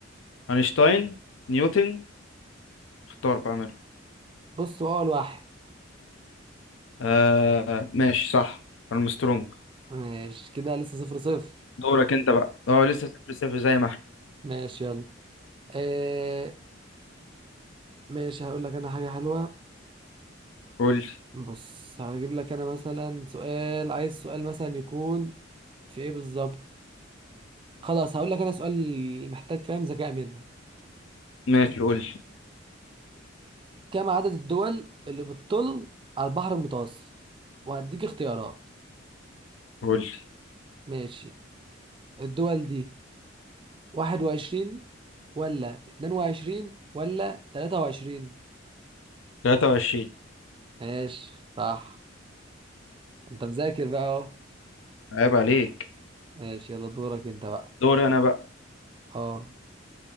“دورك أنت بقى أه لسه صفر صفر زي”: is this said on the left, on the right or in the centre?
Left